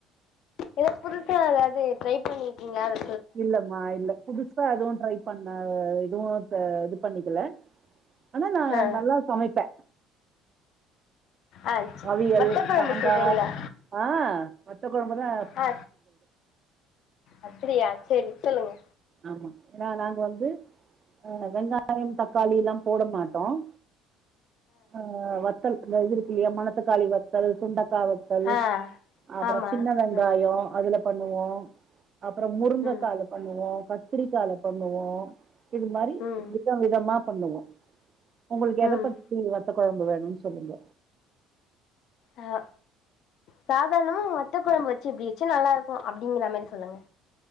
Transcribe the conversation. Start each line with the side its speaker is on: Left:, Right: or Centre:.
Left: எதா புதுசா எதாது ட்ரை பண்ருக்கீங்களா அது
Right: இல்லமா இல்ல புதுசா எதுவும் ட்ரை பண்ண இதுவும் இது பண்ணிக்கல ஆனா நா
Left: ஆ
Right: நல்லா சமைப்பே
Left: ஆ சேரி
Right: அவியல்
Left: வத்தக்கொழம்பு
Right: சாம்பார்
Left: சொல்றீங்களா
Right: ஆ வத்த கொழம்புதா
Left: ஆ அப்டியா சரி சொல்லுங்க
Right: ஆமா ஏனா நாங்க வந்து ஆ வெங்காயம் தக்காளிலாம் போட மாட்டோம் ஆ வத்தல் இந்த இது இருக்குலியா மணத்தக்காளி வத்தல் சுண்டக்கா வத் தல்
Left: ஆ
Right: அப்பறம்
Left: ஆமா
Right: சின்ன வெங்காயம்
Left: ஆ
Right: அதுல பண்ணுவோம் அப்பறம் முரு
Left: ம்
Right: க்கால பண்ணுவோ கத்திரிக்கால பண்ணுவோம் இது மாறி
Left: ம்
Right: விதம் விதமா பண்ணுவோம் உங்களுக்கு
Left: ம்
Right: எத பத்தி வத்த கொழம்பு வேணும் சொல்லுங்க
Left: அ சாதாரணமா வத்த கொழம்பு வச்சு இப்டி வச்சு நல்லா இருக்கும் அப்டிங்கற மாரி சொல்லுங்க